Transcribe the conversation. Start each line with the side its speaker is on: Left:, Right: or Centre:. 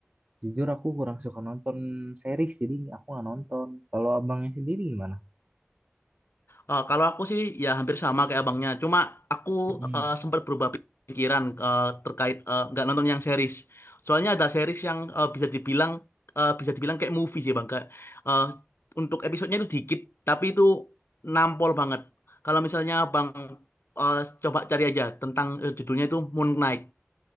Right: jujur aku kurang suka nonton series, jadi aku nggak nonton. Kalau abangnya sendiri gimana?
Left: Eh, kalau aku sih ya hampir sama kayak abangnya. Cuma aku
Right: Mm.
Left: eh, sempat berubah pikiran eh, terkait eh, nggak nonton yang series. Soalnya ada series yang eh, bisa dibilang eh, bisa dibilang kayak movie sih bang. Kayak, eh, untuk episodenya itu dikit, tapi itu nampol banget. Kalau misalnya bang eh, coba cari aja tentang eh, judulnya itu Moon Knight.